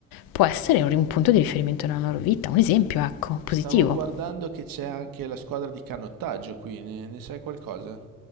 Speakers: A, on the left (about 80°); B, on the right (about 70°).
A: può essere un, un punto di riferimento nella loro vita, un esempio, ecco,
B: Stavo
A: positivo.
B: guardando che c'è anche la squadra di canottaggio qui, ne, ne sai qualcosa?